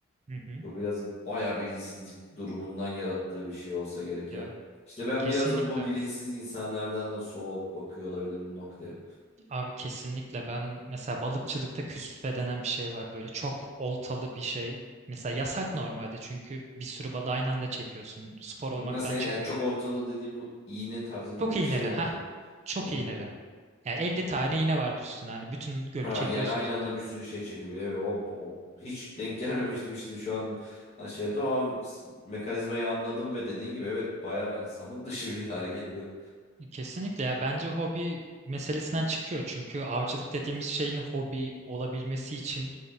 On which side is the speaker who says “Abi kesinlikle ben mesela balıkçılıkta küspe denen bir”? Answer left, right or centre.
Right